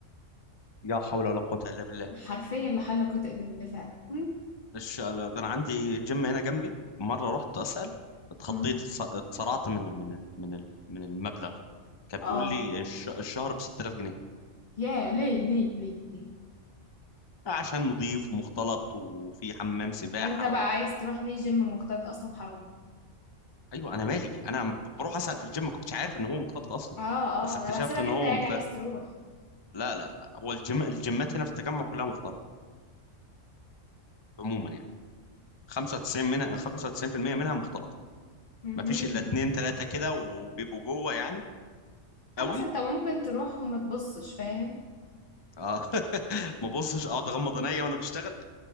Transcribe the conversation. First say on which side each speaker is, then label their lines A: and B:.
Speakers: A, on the left; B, on the left.
A: لا حول ولا قوة إلا بالله
B: حرفيًا لا حل ولا قوة إلا بالله فعلًا، إمم،
A: إيش- ده أنا عندي جيم هنا جنبي مرة رحت أسأل اتخضيت
B: إمم،
A: اتص- اتصرعت من من ال- من ال- من المبلغ كان بيقول
B: آه،
A: لي الش- الشهر ب 6000 جنيه
B: ياه! ليه، ليه، ليه، ليه؟
A: آه، عشان نضيف ومختلط وفي حمام سباحة
B: وأنت بقى
A: و...
B: عايز تروح ليه gym مختلط أصلًا حرام،
A: أيوة أنا مالي أنا ب- بروح أسأل في الجيم ما كنتش عارف إن هو مختلط أصلا
B: آه، آه،
A: بس اكتشفت
B: أنا باحسبك
A: إن
B: أنت
A: هو
B: يعني
A: مختلط
B: عايز تروح،
A: لا لا لا هو الجيم الجيمات هنا في التجمع كلها مختلطة عموما يعني 95 منها 95% منها مختلطة
B: اهم،
A: ما فيش إلا اتنين تلاتة كده وبيبقوا جوه يعني
B: خلاص
A: قوي
B: أنت ممكن تروح وما تبصش فاهم؟
A: اه <laughs> ما ببصش اقعد اغمض عينيا وانا بشتغل